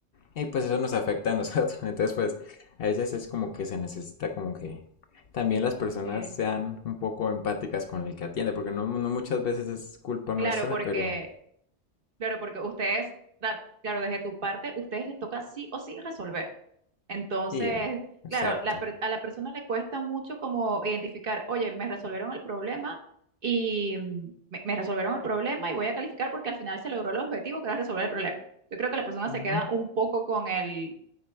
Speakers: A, on the left; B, on the right.
A: Y pues eso nos afecta a nosotros. <laughs> Entonces pues a veces es como que se necesita como que también las personas
B: Sí.
A: sean un poco empáticas con el que atiende. Porque no, no muchas veces es culpa
B: Claro,
A: nuestra,
B: porque,
A: pero
B: claro, porque ustedes, la- claro, desde tu parte, ustedes les toca sí o sí resolver. Entonces,
A: sí, exacto.
B: claro, la per- a la persona le cuesta mucho como identificar, oye, me resolvieron el problema y mm, me, me resolvieron el problema y voy a calificar porque al final se logró el objetivo que era resolver el problema. Yo creo que la persona
A: Ujú.
B: se queda un poco con el,